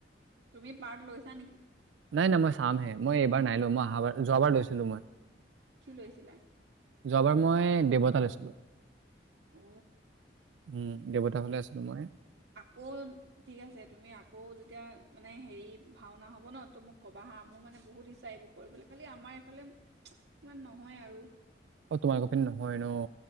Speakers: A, on the right; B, on the right.
A: তুমি পাৰ্ট লৈছা নেকি?
B: নাই নাই মই চামহে, মই এইবাৰ নাই লোৱা, মই আহা বাৰ যোৱাবাৰ লৈছিলো মই।
A: কি লৈছিলা?
B: যোৱাবাৰ মই দেৱতা লৈছিলোঁ।
A: অ
B: উম, দেৱতাৰ ফালে আছিলো মই।
A: কোন? ঠিক আছে, তুমি আকৌ যেতিয়া মানে হেৰি ভাওনা হ'ব ন, ত মোক কবা হা মোৰ মানে বহুত ইচ্ছা এইবোৰ কৰিবলৈ, খালি আমাৰ এইফালে ইমান নহয় আৰু।
B: অ তোমালোকৰ পিনে নহয় ন,